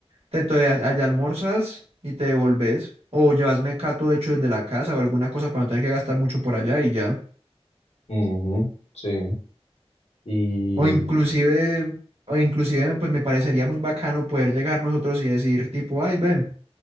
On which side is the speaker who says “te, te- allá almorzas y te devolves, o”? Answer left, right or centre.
Right